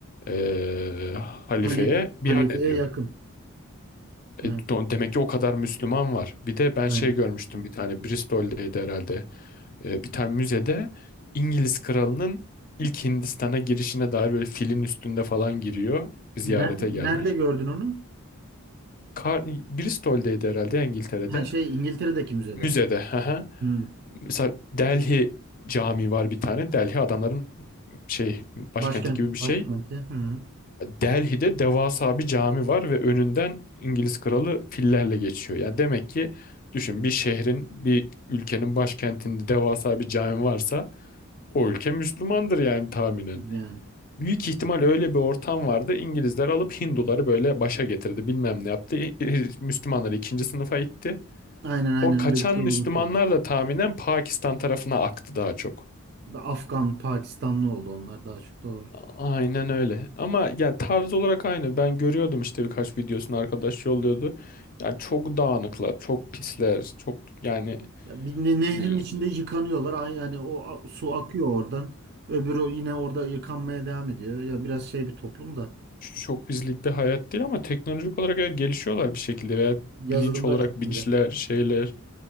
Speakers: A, on the left; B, on the right.
A: e, halifeye
B: Halif,
A: biat
B: halifeye
A: ediyor.
B: yakın. Hı,
A: E, do- demek ki o kadar Müslüman var. Bir de ben
B: aynen.
A: şey görmüştüm bir tane Bristol'deydi herhalde. e, bir tane müzede İngiliz kralının ilk Hindistan'a girişine dair böyle filin üstünde falan giriyor. Ziyarete
B: Nerede,
A: gelmiş.
B: nerede gördün onu?
A: Kar Bristol'deydi herhalde İngiltere'de.
B: Ha, şey İngiltere'deki müzede.
A: Müzede. hı hı.
B: Hı.
A: Mesela Delhi Camii var bir tane. Delhi adamların şey başkenti
B: Başkent,
A: gibi bir şey.
B: başkenti. Hı.
A: Delhi'de devasa bir cami var ve önünden İngiliz kralı fillerle geçiyor. Yani demek ki düşün bir şehrin, bir ülkenin başkentinde devasa bir cami varsa o ülke Müslümandır yani tahminen.
B: Yani.
A: Büyük ihtimal öyle bir ortam vardı. İngilizler alıp Hinduları böyle başa getirdi. Bilmem ne yaptı. İ- İ- Müslümanları ikinci sınıfa itti.
B: Aynen aynen
A: O kaçan
B: öyle bir şey
A: Müslümanlar
B: olmuş ya.
A: da tahminen Pakistan tarafına aktı daha çok.
B: Da Afgan, Pakistanlı oldu onlar daha çok doğru.
A: Aynen öyle. Ama ya tarz olarak aynı. Ben görüyordum işte birkaç videosunu arkadaş yolluyordu. Yani çok dağınıklar, çok pisler, çok yani
B: Ya bir ne- nehrin
A: e,
B: içinde yıkanıyorlar. Ay- Yani o a- su akıyor oradan. Öbürü yine orada yıkanmaya devam ediyor. Ya biraz şey bir toplum da.
A: çok bizlik bir hayat değil ama teknolojik olarak evet gelişiyorlar bir şekilde veya
B: Yazılımda
A: bilinç olarak
B: çok
A: bilinçler,
B: iyiler.
A: şeyler.